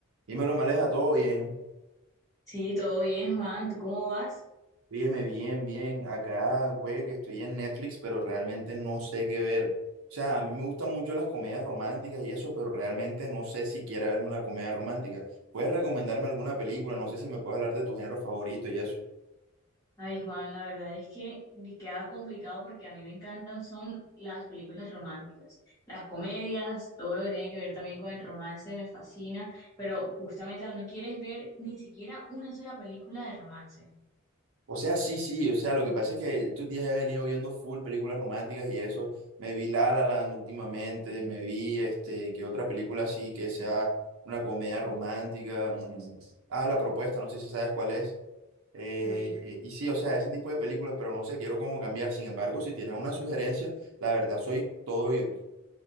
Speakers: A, on the right; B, on the left.
A: Dímelo, Maleja, todo bien.
B: Sí, todo bien, Juan. ¿Tú cómo vas?
A: Óyeme, bien, bien. Acá, güey, que estoy en Netflix, pero realmente no sé qué ver. O sea, a mí me gustan mucho las comedias románticas y eso, pero realmente no sé si quiera verme una comedia romántica. ¿Puedes recomendarme alguna película? No sé si me puedes hablar de tu género favorito y eso.
B: Ay, Juan, la verdad es que me queda complicado porque a mí me encantan son las películas románticas, las comedias, todo lo que tiene que ver también con el romance me fascina, pero justamente no quieres ver ni siquiera una sola película de romance.
A: O sea, sí, sí. O sea, lo que pasa es que estos días he venido viendo full películas románticas y eso. Me vi La La Land últimamente, me vi, este, que otra película así que sea una comedia romántica. Mm. Ah, La Propuesta, no sé si sabes cuál es. Eh,
B: Uy,
A: y sí, o sea, ese tipo de películas, pero no sé, quiero como cambiar. Sin embargo, si tienes una sugerencia, la verdad soy todo oídos.